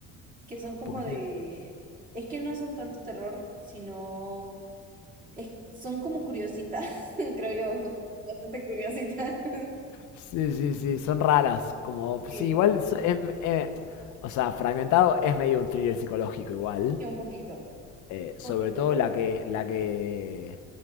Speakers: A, on the right; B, on the left.
A: que son como
B: Porque
A: de,
B: tiene-
A: es que no son tanto terror, sino Es- son como curiositas, <laughs> creo yo, son bastante curiositas. <laughs>
B: Sí, sí, sí, son raras. Como,
A: Sí,
B: sí, igual. so- es- eh, o sea, Fragmentado es medio un thriller psicológico, igual.
A: sí, un poquito,
B: Eh,
A: un
B: sobre
A: poquito,
B: todo
A: yo creo
B: la
A: que sí.
B: que, la que,